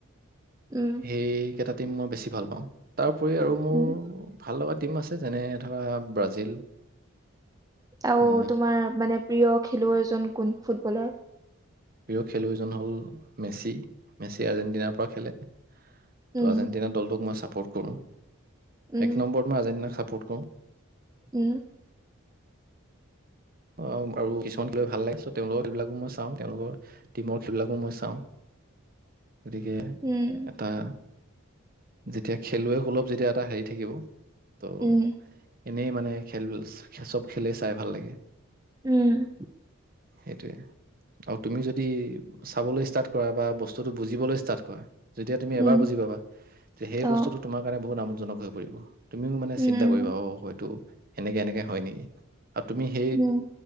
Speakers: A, on the right; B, on the right.
A: উম,
B: সেই কেইটাত মই বেছি ভাল পাওঁ, তাৰ। আৰু, মোৰ
A: উম,
B: ভাল লগা টিম আছে, যেনে ধৰা ব্ৰাজিল।
A: আৰু
B: এ
A: তোমাৰ মানে, প্ৰিয় খেলুৱৈ জন কোন? ফুটবলৰ?
B: প্ৰিয় খেলুৱৈজন হ'ল, মেচি! মেচি আৰ্জেণ্টিনাৰ পৰা খেলে। তো,
A: উম,
B: আৰ্জেণ্টিনা দলটোক মই চাপৰ্ট পৰ্ট কৰোঁ।
A: উম,
B: এক নম্বৰ পৰা আৰ্জেণ্টিনা খাপ পৰ্ট কওঁ।
A: উম।
B: অ' আৰু কিছুমান খেলুৱৈ ভাল লাগে চ' তেওঁলোকৰ খেলবিলাকো মই চাওঁ। তেওঁলোকৰ টিমৰ খেলবিলাকো মই চাওঁ। গতিকে
A: উম,
B: এটা যেতিয়া খেলুৱৈ সুলভ যেতিয়া এটা হেৰি থাকিব ত'
A: উম,
B: এনেই মানে খেল, <unintelligible> চ'ব খেলেই চাই ভাল লাগে।
A: উম,
B: সেইটোৱে। আৰু তুমি যদি চাবলৈ ষ্টাৰ্ট কৰা বা বস্তুটো বুজিবলৈ ষ্টাৰ্ট কৰা যেতিয়া তুমি
A: উম,
B: এবাৰ বুজি পাবা সেই
A: অ',
B: বস্তুটো তোমাৰ কাৰণে বহুত আমোদজনক হৈ পৰিব। তুমিও মানে
A: উম,
B: চিন্তা কৰিবা অ হয়টো এনেকে, এনেকে হয় নেকি? আৰু তুমি সেই
A: উম।